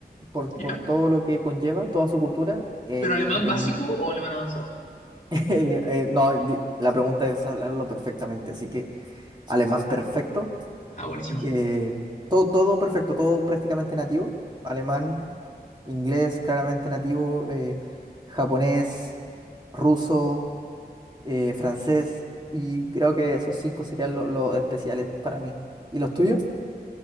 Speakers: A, on the right; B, on the left.
A: por,
B: ¿Ya?
A: por todo lo que conlleva, toda su cultura. El,
B: ¿Pero alemán
A: el
B: básico
A: in-
B: o alemán avanzado?
A: <laughs> el- eh, no, di- la pregunta es hablarlo perfectamente. Así que alemán perfecto.
B: Ah, buenísimo.
A: Eh, todo, todo perfecto, todo prácticamente nativo. Alemán, inglés claramente nativo, eh, japonés, ruso, eh, francés. Y creo que esos cinco serían lo- los especiales para mí. ¿Y los tuyos?